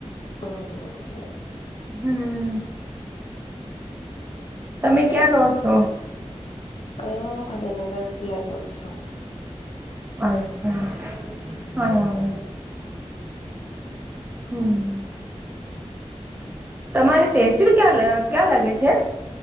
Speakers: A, on the left; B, on the right.
A: હમ છે.
B: હમ. તમે ક્યાં રહો છો?
A: અહિ અમ ફતેહનગર એટલે રેવ છું.
B: અચ્છા હ હમ. તમારી તહેસીલ ક્યાં ક્યા લાગે છે.